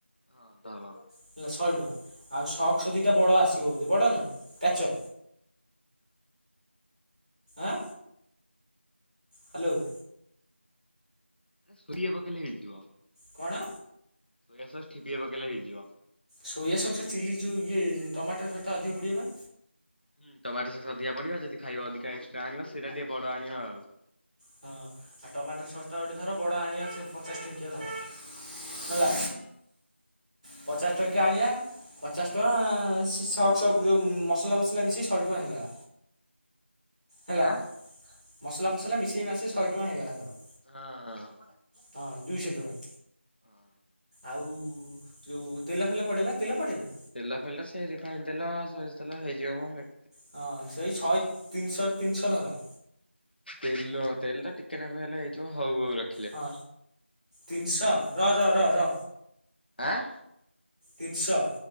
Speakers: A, on the left; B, on the right.
A: ହଁ <unintelligible>
B: ହେଲା ଶହେ ଟଙ୍କା ଆଉ ସକ୍ସ୍ ଦିଟା ବଡ ଆସିବ ବୋଧେ ବଡ଼ ନା କାଚ ଆଁ ହାଲୋ।
A: କୋଡ଼ିଏ ପକଇଲେ ହେଇଯିବ।
B: କଣ?
A: ସୋୟାଶସ୍ ଠିପିିଏ ପକେଇଲେ ହେଇଯିବ।
B: ସୋୟା ସକ୍ସ୍ ଚିଲି ଯୋଉ ଇଏ ଟମାଟୋ ସହ ଅଧିକ ପଡ଼ିବ ବା
A: ହୁଁ ଟମାଟୋ ସକ୍ସ୍ ଅଧିକା ପଡିବା ଯଦି ଖାଇବ ଅଧିକ ଏକ୍ସଟ୍ରା ଆଣିବ ସେଇଟା ଟିକେ ବଡ ଆଣିବା ଆଉ।
B: ହଁ ଆଉ ଟମାଟର ଶସ୍ଟା ଗୋଟେ ଧର ବଡ଼ ଆଣିବା ପଚାଶ ଟଙ୍କିଆ ଧର
A: ହଁ
B: ହେଲା ପଚାଶ ଟଙ୍କିଆ ଆଣିବା ପଚାଶ ଟଙ୍କା ସକ୍ସ୍ ଯୋଉ ମସଲା ଫସଲା ମିଶିକି ଶହେ ଟଙ୍କା ହେଇଗଲା। ହେଲା
A: ଆଁ
B: ମସଲା ଫସଲା ମିଶେଇ ମାସେଇ ଶହେ ଟଙ୍କା ହେଇଗଲା ଧର
A: ହଁ।
B: ହଁ ଦୁଇଶହ ଟଙ୍କା।
A: ହଁ।
B: ଆଉ ଯୋଉ ତେଲ ଫେଲ ପଡ଼େଏବା ତେଲ ପଡ଼େ ନାଁ?
A: ତେଲ ଫେଲ ସେ ରିଫାଇନ ତେଲ ସୋରିଷ ତେଲ ହେଇଯିବ ମ ହେ
B: ହଁ ସେଇ ଶହେ ତିନିଶହ ତିନିଶହ ଧର।
A: ତେଲ ତେଲ ଟିକେ ନାକୁ ହେଲେ ହେଇଯିବ ହୋଉ ହୋଉ ର
B: ହଁ ତିନିଶହ ରହ ର ର
A: ଆଁ।।
B: ତିନିଶହ।